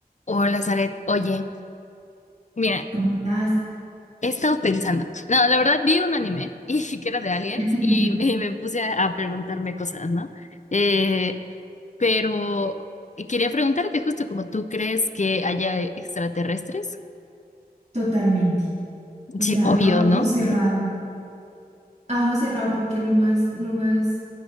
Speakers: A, on the left; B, on the right.
A: Hola, Zaret. Oye, mira,
B: ¿Cómo estás?
A: he estado pensando. No, la verdad vi un anime <laughs> y que era de aliens
B: <laughs>
A: y, y me puse a, a preguntarme cosas, ¿no? Eh, pero quería preguntarte justo como tú crees que haya extraterrestres.
B: Totalmente. O
A: Sí,
B: sea,
A: obvio,
B: a ojo
A: ¿no?
B: cerrado. A ojo cerrado porque lo más, lo más,